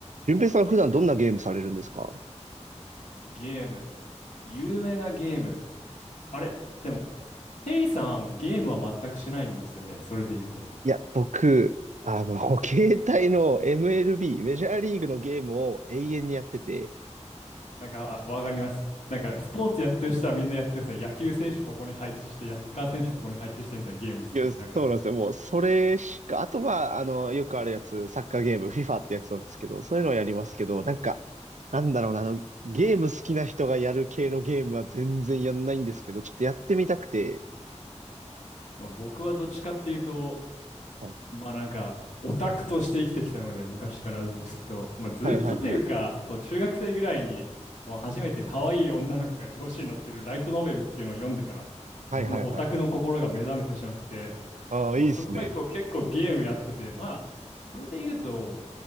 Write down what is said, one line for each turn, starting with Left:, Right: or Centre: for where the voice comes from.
Right: 順平さん普段どんなゲームされるんですか
Left: ゲーム。有名なゲーム。あれ、でも、ケイさん、ゲームは全くしないんですよね。それで言うと。
Right: いや、僕、あの、<laughs> 携帯の MLB、メジャーリーグのゲームを永遠にやってて、
Left: なんか、あわかります。なんか、スポーツやってる人はみんなやってますね。野球選手ここに配置して、サッカー選手ここに配置してみたいなゲームですよね。
Right: いや、
Left: なんか、
Right: そうなんですよ。もう、それしか、あとは、あの、よくあるやつ、サッカーゲーム、FIFA ってやつなんですけど、そういうのはやりますけど、なんか、なんだろうな、あの、ゲーム好きな人がやる系のゲームは全然やんないんですけど、ちょっとやってみたくて、
Left: まあ、僕はどっちかっていうと、
Right: はい
Left: まあなんか、オタクとして生きてきたので、昔からずっと、まあずっとというか、
Right: はいはいはい。
Left: そう、中学生ぐらいに、もう初めて可愛い女の子が表紙に載ってるライトノベルっていうのを読んでから、僕のオタクの心が目覚めてしまって、
Right: はいはいはいはい。ああ、
Left: もうそこ以降結構ゲームやってて、
Right: いいっすね。
Left: まあ、それで言うと、